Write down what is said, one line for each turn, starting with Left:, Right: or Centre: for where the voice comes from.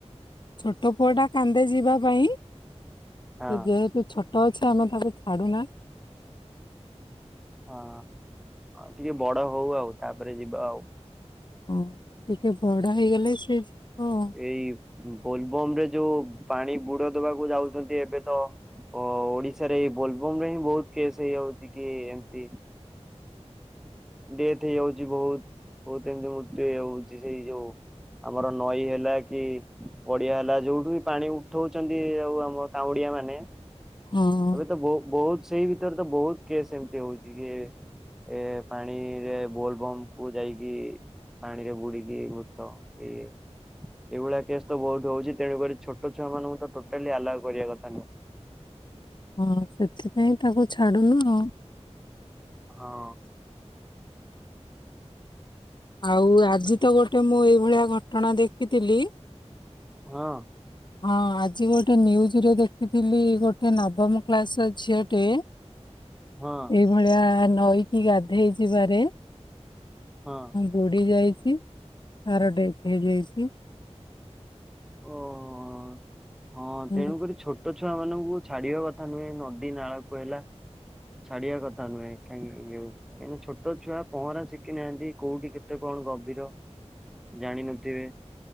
Left: ଛୋଟ ପୁଅ ଟା କାନ୍ଦେ ଯିବା ପାଇଁ ସେ
Centre: ହଁ।
Left: ଯେହେତୁ ଛୋଟ ଅଛି ତ ଆମେ ତାକୁ ଛାଡ଼ୁ ନା।
Centre: ହଁ ଟିକେ ବଡ ହଉ ଆଉ ତାପରେ ଯିବା ଆଉ।
Left: ହଁ ଟିକେ ବଢ ହେଇଗଲେ ସେ ହଁ
Centre: ସେଇ ବୋଲଭମ ରେ ଯୋଉ ପାଣି ବୁଡ ଦବାକୁ ଯାଉଛନ୍ତି ଏବେ ତ ଓ ଓଡିଶାରେ ଏଇ ବୋଲଭମ ରେ ହିଁ ବହୁତ କେସ୍ ହେଇଯାଉଛି କି ଏମତି
Left: <unintelligible>
Centre: ଡେଥ ହେଇଯାଉଛି ବହୁତ ବହୁତ ଏମିତି ମୃତ୍ୟୁ ହେଇଯାଉଛି ସେଇ ଯୋଉ ଆମର ନଈ ହେଲା କି ଗଡିଆ ହେଲା ଯୋଉଠି ବି ପାଣି ଉଠଉଛନ୍ତି ଆଉ ଆମ କାଉଁଡିଆ ମାନେ
Left: ହଁ
Centre: ଏବେ ତ ବହୁତ ସେଇ ଭିତରେ ତ ବହୁତ କେସ୍ ଏମିତି ହଉଛି କି ଏ ପାଣିରେ ବୋଲ ବମ୍ କୁ ଯାଇକି ପାଣିରେ ବୁଡିକି ମୃତ କି। ଏଇଭଳିଆ କେସ୍ ତ ବହୁତ ହଉଛି ତେଣୁକରି ଛୋଟ ଛୁଆ ମାନଙ୍କୁ ତ ଟୋଟାଲି ଆଲାଓ କରିବା କଥା ନୁହଁ।
Left: ହଁ ସେଥିପାଇଁ ତାକୁ ଛାଡୁନୁ ଆଉ।
Centre: ହଁ।
Left: ଆଉ ଆଜି ତ ଗୋଟେ ମୁଁ ଏଇଭଳିଆ ଘଟଣା ଦେଖିଥିଲି।
Centre: ହଁ।
Left: ହଁ ଆଜି ଗୋଟେ ନ୍ୟୁଜ ରେ ଦେଖିଥିଲି ଗୋଟେ ନବମ କ୍ଲାସ ର ଝିଅଟେ
Centre: ହଁ।
Left: ଭଳିଆ ନଈକି ଗାଧେଇଯିବାରେ
Centre: ହଁ
Left: ବୁଡି ଯାଇଛି ତାର ଡେଥ ହେଇଯାଇଛି।
Centre: <unintelligible> ହଁ
Left: ହୁଁ,
Centre: ତେଣୁକରି ଛୋଟ ଛୁଆ ମାନଙ୍କୁ ଛାଡିବା କଥା ନୁହେଁ ନଦୀ ନାଳ କୁ ହେଲା। ଛାଡିବା କଥା ନୁହେଁ କାହିଁ କାହିଁକିନା ଛୋଟଛଆ ପହଁରା ଶିଖି ନାହାନ୍ତି କୋଉଠି କେତେ କଣ ଗଭୀର। ଜାଣିନଥିବେ